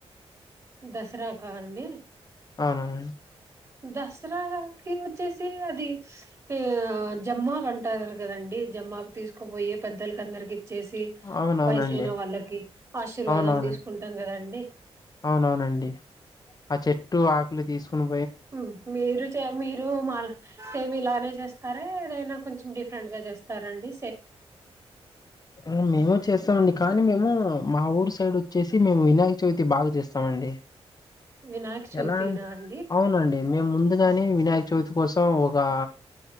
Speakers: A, on the right (about 30°); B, on the left (about 35°).
A: దసరా కాదండి
B: అవునవును
A: దసరాకి ఒచ్చేసి అది ఆ జమ్మాకంటారు గదండి జమ్మాకు తీసుకోబోయి పెద్దలకందరికి చ్చేసి
B: అవునవునండి
A: వయసైన వాళ్ళకి ఆశీర్వాదం
B: అవునవును
A: తీసుకుంటాం గదండి
B: అవునవునండి, ఆ చెట్టు ఆకులు తీసుకున్
A: ఉమ్ మీరు చే మీరు మాల సేమ్ ఇలానే జేస్తారా ఎన్ ఏదైనా కొంచెం డిఫరెంట్ గ జేస్తార అండి
B: ఎ మేము చేస్తామండి కానీ మేమూ మా ఊరు సైడ్ చ్చేసి మేము ఇనాయక చవితి బాగా చేస్తామండి
A: వినాయక చవితినా
B: ఎలా
A: అండి
B: అవునండి మేము ముందుగానే వినాయక చవ్త్ దు కోసం ఒకా